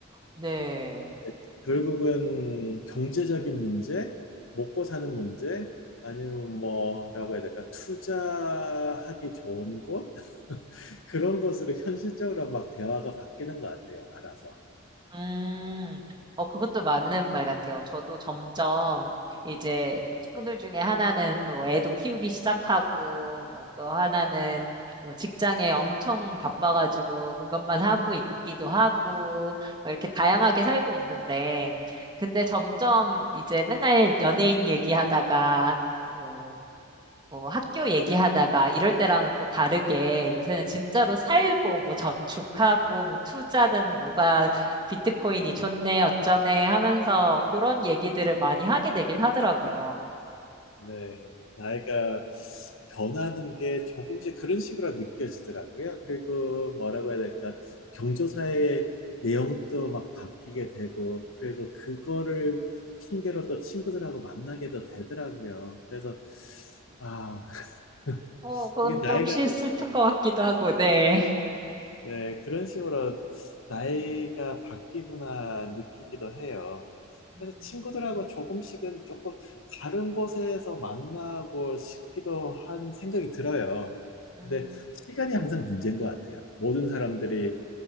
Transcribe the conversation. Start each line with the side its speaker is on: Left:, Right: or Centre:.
Right: 네.
Left: 네, 결국은 경제적인 문제, 먹고 사는 문제, 아니면 뭐라고 해야 될까, 투자하기 좋은 곳? <laughs> 그런 것으로 현실적으로 막 대화가 바뀌는 것 같아요, 알아서.
Right: 음, 어, 그것도 맞는 말 같아요. 저도 점점 이제 친구들 중에 하나는 또 애도 키우기 시작하고, 뭐 또 하나는 뭐 직장에 엄청 바빠가지고 그것만 하고 있기도 하고, 뭐 이렇게 다양하게 살고 있는데, 근데 점점 이제 맨날 연예인 얘기하다가, 뭐 어, 학교 얘기하다가 이럴 때랑은 또 다르게 요새는 진짜로 살고 뭐 저축하고 뭐 투자는 뭐가 비트코인이 좋네 어쩌네 하면서 그런 얘기들을 많이 하게 되긴 하더라고요.
Left: 네, 나이가 변하는 게 조금씩 그런 식으로 느껴지더라고요. 그리고 뭐라고 해야 될까, 경조사의 내용도 막 바뀌게 되고, 그리고 그거를 핑계로 또 친구들하고 만나게도 되더라고요. 그래서, 아, <laughs>
Right: 어, 그건
Left: 이게 나이가
Right: 좀 슬- 슬픈 것 같기도 하고, 네.
Left: 네, 그런 식으로 나이가 바뀌구나 느끼기도 해요.
Right: 음,
Left: 그래서 친구들하고 조금씩은 조금 다른 곳에서 만나고 싶기도 한 생각이 들어요.
Right: 음,
Left: 근데 시간이 항상 문제인 것 같아요. 모든 사람들이